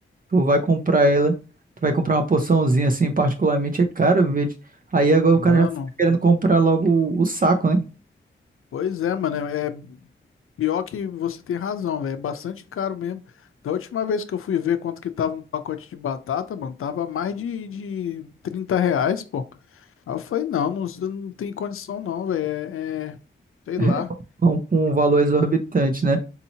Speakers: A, on the right; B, on the left.
A: tu vai comprar ela, tu vai comprar uma porçãozinha assim, particularmente, é caro, velho. Aí agora
B: Mano,
A: o cara já fica querendo comprar logo o, o saco, né?
B: pois é, mano. É é pior que você tem razão, velho. É bastante caro mesmo. Da última vez que eu fui ver quanto que tava um pacote de batata, mano, tava mais de, de 30 reais, pô. Aí eu falei, não, não, não tem condição não, velho. é... é- Sei
A: <laughs>
B: lá.
A: Com, com um valor exorbitante, né?